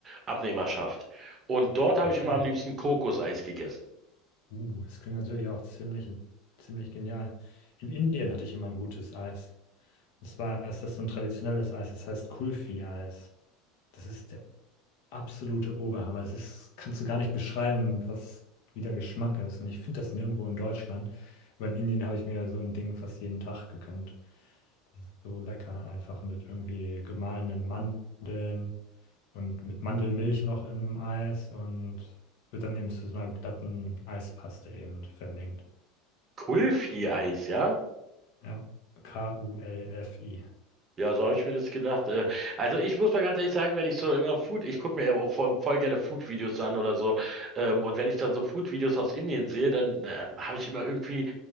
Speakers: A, on the right (about 30°); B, on the left (about 70°).
A: Abnehmerschaft. Und dort habe
B: Nicht
A: ich immer
B: schlecht.
A: am liebsten Kokoseis gegessen.
B: Uh, das klingt natürlich auch ziemlich, ziemlich genial. In Indien hatte ich immer ein gutes Eis. Und zwar ist das so ein traditionelles Eis, das heißt Kulfi-Eis. Das ist der absolute Oberhammer. Das ist, kannst du gar nicht beschreiben, was, wie der Geschmack ist. Und ich finde das nirgendwo in Deutschland. Aber in Indien habe ich mir so ein Ding fast jeden Tag gegönnt. Das ist so lecker, einfach mit irgendwie gemahlenen Mandeln und mit Mandelmilch noch in einem Eis und wird dann eben zu so einer glatten Eispaste eben vermengt.
A: Kulfi-Eis, ja?
B: Ja, K-U-L-F-I.
A: Ja, so habe ich mir das gedacht. Äh, Also ich muss mal ganz ehrlich sagen, wenn ich so immer Food, ich gucke mir ja auch voll, voll gerne Food-Videos an oder so. Ähm, und wenn ich dann so Food-Videos aus Indien sehe, dann äh, habe ich immer irgendwie,